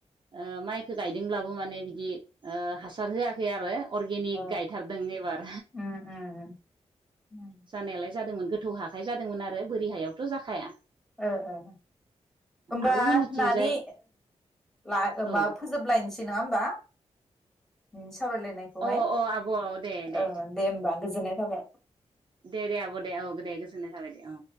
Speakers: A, on the right; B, in the centre.
A: ओ माइखौ गायदोंब्लाबो माने बिदि ओ हासार होआखै आरो। अर्गेनिक
B: ओ
A: गायथारदों एबार
B: उम उम उम
A: जानायालाय जादोंमोन। गोथौ हाखाइ जादोंमोन आरो बोरि हायावथ' जाखाया।
B: होमबा
A: आब'मोननिथिंजाय
B: नानि ला होमबा
A: औ
B: फोजोबलायनोसै नङा होमबा? उम सावरायलायनायखौहाय
A: अ अ आब' दे दे
B: ओ होमबा गोजोननाय थाबाय
A: दे दे आब' दे औ दे गोजोननाय थाबाय दे औ